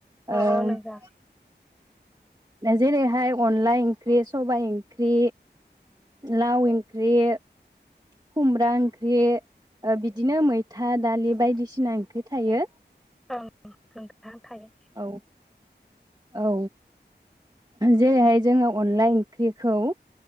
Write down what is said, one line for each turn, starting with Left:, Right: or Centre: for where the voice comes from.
Centre: अ
Right: ओ
Centre: अ नोंजा
Right: जेरैहाय अनला ओंख्रि सबबाय ओंख्रि लाव ओंख्रि खुमब्रा ओंख्रि बिदिनो मैथा दालि बायदिसिना ओंख्रि थायो।
Centre: ओं नोंथां। थायो
Right: औ औ जेरैहाय जोङो अनला ओंख्रिखौ